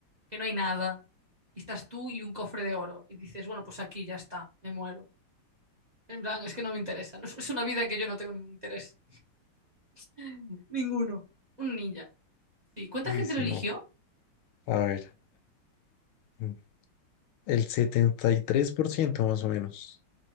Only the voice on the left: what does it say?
Uy,
sí,
no. A ver, mm, el 73% más o menos.